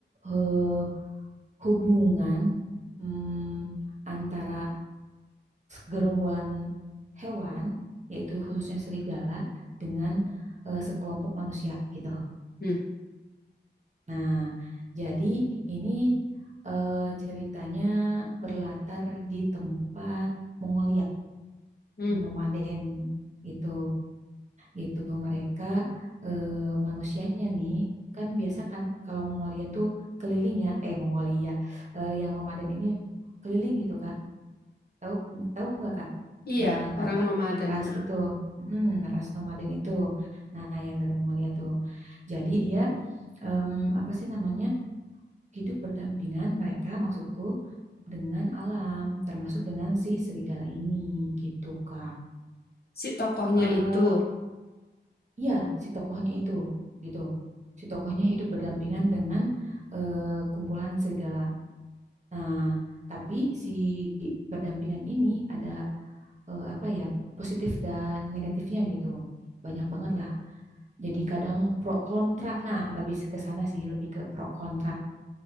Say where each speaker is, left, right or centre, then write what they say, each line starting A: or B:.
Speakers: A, on the right; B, on the left.
A: eh, hubungan mm, antara gerombolan hewan, yaitu khususnya serigala, dengan eh, sekelompok manusia gitu.
B: Hmm,
A: Nah, jadi ini eh, ceritanya berlatar di tempat Mongolia,
B: hmm.
A: nomaden gitu. gitu mereka eh, manusianya nih kan biasa kan kalau Mongolia tuh keliling ya eh Mongolia eh, yang nomaden ini keliling gitu Kak tahu tahu nggak Kak
B: Iya,
A: yang
B: orang
A: apa
B: nomaden.
A: ras
B: ha.
A: itu Mm, ras nomaden itu nah yang dari Mongolia tuh jadi dia em, apa sih namanya hidup berdampingan mereka maksudku dengan alam termasuk dengan si serigala ini gitu Kak
B: Si tokohnya
A: Eh,
B: itu.
A: Iya, si tokohnya itu gitu. Si tokohnya hidup berdampingan dengan eh, kumpulan serigala. Nah, tapi si berdampingan ini ada eh, apa ya, positif dan negatifnya gitu. Banyak banget lah. Jadi kadang pro kontra. Nah, lebih ke sana sih, lebih ke pro kontra.